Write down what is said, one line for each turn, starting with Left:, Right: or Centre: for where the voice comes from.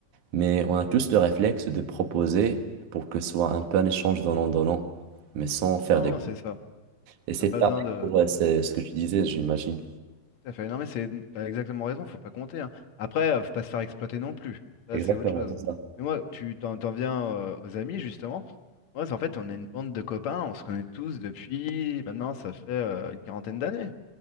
Right: Mais on a tous le réflexe de proposer pour que ce soit un peu un échange donnant-donnant, mais sans faire
Left: Non,
Right: des...
Left: c'est ça.
Right: Et c'est
Left: T'as pas
Right: pareil
Left: besoin de.
Right: pour euh, c'est ce que tu disais, j'imagine.
Left: Tout à fait. Non, mais c'est, t'as exactement raison, faut pas compter, hein. Après, euh, faut pas se faire exploiter non plus. Ça,
Right: Exactement,
Left: c'est autre chose.
Right: c'est ça.
Left: Mais moi, tu t'en, t'en viens euh, aux amis, justement. Moi, c'est- en fait, on est une bande de copains, on se connaît tous depuis maintenant, ça fait euh, une quarantaine d'années.